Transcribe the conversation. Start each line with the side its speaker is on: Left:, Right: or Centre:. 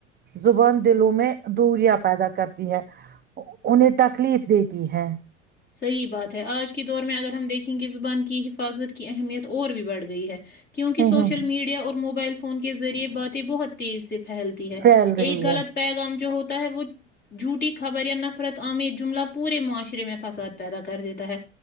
Right: زبان دلوں میں دوریا پیدا کرتی ہے انہیں تکلیف دیتی ہے
Left: صحیح بات ہے آج کے دور میں اگر ہم دیکھیں گے زبان کی حفاظت کی اہمیت اور بھی بڑھ گئی ہے کیونکہ
Right: ہوں
Left: سوشل
Right: ہوں
Left: میڈیا اور موبائل فون فون کے ذریعے باتیں بہت تیز سے پھیلتی ہے
Right: پھیل رہی
Left: ایک غلط
Right: ہے
Left: پیغام جو ہوتا اہ وہ جھوٹی خبر یا نفرت آمر جملہ پورے معاشرے میں فساد پیدا کر دیتا ہے